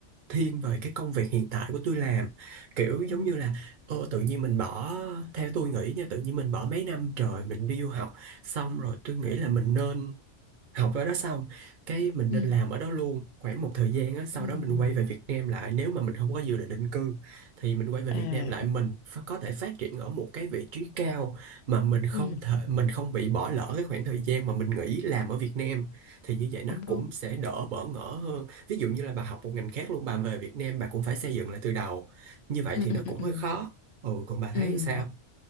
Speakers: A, on the right; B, on the left.
A: thiên về cái công việc hiện tại của tôi làm kiểu giống
B: Ừ.
A: như là ô tự nhiên mình bỏ theo tôi nghĩ nha tự nhiên mình bỏ mấy năm trời mình đi du học xong rồi tôi nghĩ là mình nên học ở đó xong cái mình
B: Ừ.
A: nên làm ở đó luôn khoảng một thời gian á sau
B: Ừ.
A: đó mình quay về Việt Nam lại nếu mà mình không có dự định định cư thì mình quay về
B: À.
A: Việt Nam lại mình ph- có thể phát triển ở một cái vị trí cao mà mình không
B: Ừ.
A: thể mình không bị bỏ lỡ cái khoảng thời gian mà mình nghỉ làm ở Việt Nam thì như vậy nó
B: Cũng
A: cũng
B: đúng.
A: sẽ đỡ bỡ ngỡ hơn ví dụ như là bà học một ngành khác luôn bà về Việt Nam bà cũng phải xây dựng lại từ đầu như vậy
B: Ừ.
A: thì
B: Ừ.
A: nó cũng
B: Ừ. Ừ.
A: hơi khó ừ còn bà
B: Ừ.
A: thấy sao